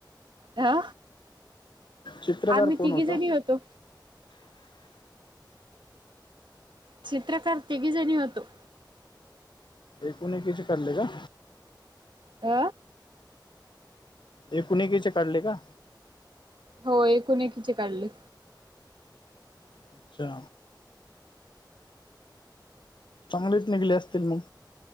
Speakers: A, on the right (about 75°); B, on the left (about 75°).
A: हा
B: चित्रकार
A: आम्ही
B: कोण
A: तिघी
B: होता
A: जणी होतो. चित्रकार तीघी जणी होतो.
B: एकीमेकीची काढले का.
A: अ.
B: एकीमेकीची काढले का.
A: होय एकीमेकीची काढले.
B: अच्छा. चांगलेच निघले असतील मग.